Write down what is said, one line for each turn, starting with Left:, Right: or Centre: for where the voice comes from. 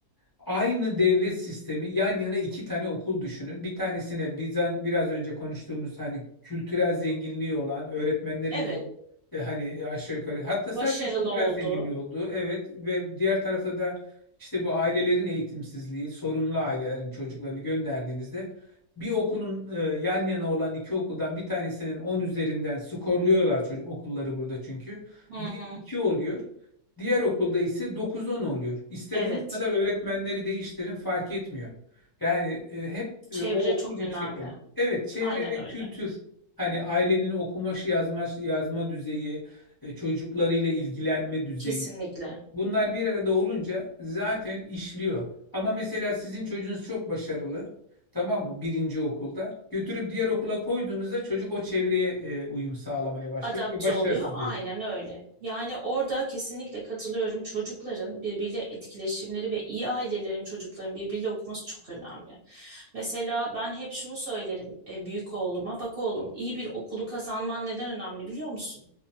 Left: Aynı devlet sistemi yan yana iki tane okul düşünün. Bir tanesine biz hani biraz önce konuştuğumuz hani kültürel zenginliği olan öğretmenlerin
Right: evet.
Left: de e, hani aşağı yukarı hatta sadece
Right: Başarılı
Left: kültürel
Right: oldu.
Left: zenginliği olduğu evet ve diğer tarafta da işte bu ailelerin eğitimsizliği, sorunlu ailelerin çocuklarını gönderdiğinizde bir okulun e, yan yana olan iki okuldan bir tanesinin 10 üzerinden skorluyorlar çocuk okulları burada çünkü.
Right: Hı
Left: Bir
Right: hı.
Left: iki oluyor. Diğer okulda ise dokuz on oluyor. İstediğiniz
Right: Evet,
Left: kadar öğretmenleri değiştirin fark etmiyor. Yani e, hep e,
Right: çevre
Left: o okul
Right: çok
Left: yüksek
Right: önemli.
Left: öğrenim. Evet çevre
Right: Aynen
Left: ve
Right: öyle.
Left: kültür hani ailenin okumaşı yazma, yazma düzeyi, e, çocuklarıyla ilgilenme düzeyi
Right: Kesinlikle.
Left: bunlar bir arada olunca zaten işliyor. Ama mesela sizin çocuğunuz çok başarılı tamam mı birinci okulda götürüp diğer okula koyduğunuzda çocuk o çevreye e, uyum sağlamaya başlıyor
Right: adapte
Left: ve başarısız
Right: oluyor. Aynen
Left: oluyor.
Right: öyle. Yani orada kesinlikle katılıyorum. Çocukların birbiriyle etkileşimleri ve iyi ailelerin çocukların birbiriyle okuması çok önemli. Mesela ben hep şunu söylerim e, büyük oğluma. Bak oğlum iyi bir okulu kazanman neden önemli biliyor musun?